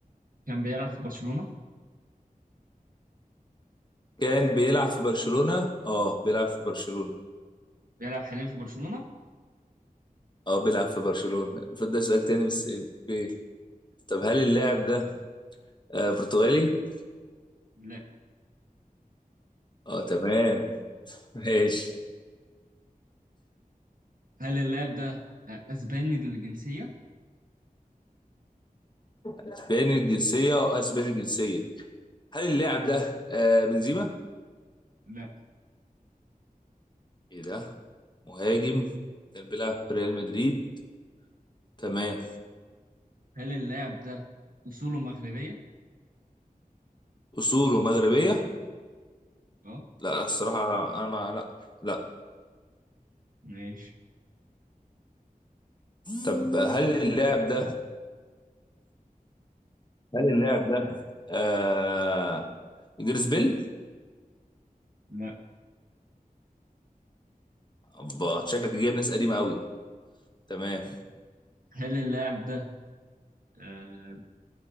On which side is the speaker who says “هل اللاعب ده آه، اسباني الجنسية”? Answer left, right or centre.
Right